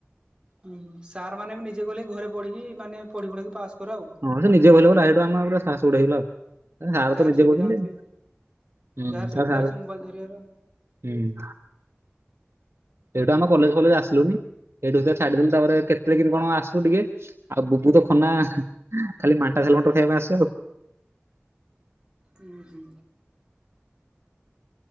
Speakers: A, on the right; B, on the right.
A: ଉ ହୁଁ। ସାର୍ ମାନେ ବି ନିଜେ କହିଲେ ଘରେ ପଢିକି ମାନେ ପଢି ପୁଢାକି ପାସ୍ କର ଆଉ।
B: ହଁ ସେ ନିଜେ କହିଲେ ପଣା, ହେଇଠୁ ଆମର ପୁରା ସାହାସ ବଡ଼ ହେଇଗଲା ଆଉ। ସାର
A: ଯାହାର
B: ତ ନିଜେ
A: ସୁବିଧା
B: କହୁଛନ୍ତି।
A: ଅଛି
B: ହୁଁ
A: ଯାହାର ସୁବିଧା
B: ତା ସାର୍
A: ଅଛି ମୋବାଇଲ ଧରିବାର
B: ହୁଁ। ହେଇଠୁ ଆମେ କଲେଜ ଫଲେଜ ଆସିଲୁନି, ହେଇଠୁ ହେଇତାଇଁ ଛାଡିଦଲୁ ତାପରେ
A: ହୁଁ
B: କେତେଳେ କେମିତି କଣ ଆସୁ ଟିକେ, ଆଉ ବୁବୁତ। ଖନା
A: ହୁଁ
B: ଖାଲି ମାଣ୍ଟା ଝାଲମଟର ଖାଇବାପାଇଁ ଆସେ ଆଉ।
A: ଉଁ ହୁଁ।